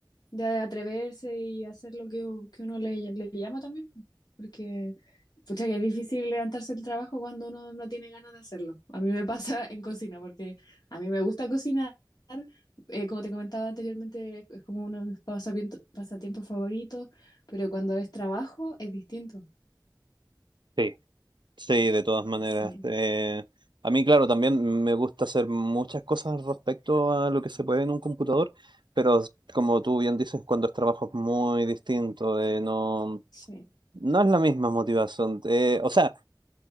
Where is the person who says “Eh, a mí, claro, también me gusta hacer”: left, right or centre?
Right